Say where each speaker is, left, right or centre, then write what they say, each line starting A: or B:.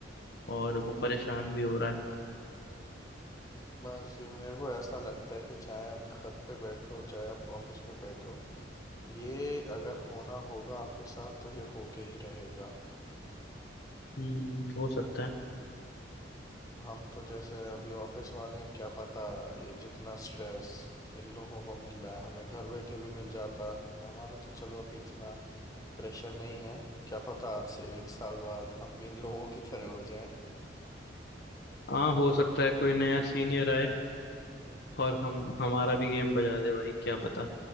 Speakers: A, on the left; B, on the left.
A: और वो परेशान भी हो रहा है
B: बस ये मेरे को ऐसा लगता है कि चाहे आप घर पे बैठो चाहे आप ऑफिस में बैठो ये अगर होना होगा आपके साथ तो ये होके ही रहेगा
A: हम्म हो सकता है
B: हम तो जैसे अभी ऑफिस वाले हैं क्या पता ये जितना स्ट्रेस इन लोगों को मिल रहा है हमें घर बैठे भी मिल जाता हमारा तो चलो अभी इतना प्रेशर नहीं है क्या पता आज से एक साल बाद हम भी इन लोगों की तरह हो जाएं
A: हाँ हो सकता है कोई नया सीनियर आए
B: हो
A: और हम हमारा भी गेम बजा दे भाई क्या पता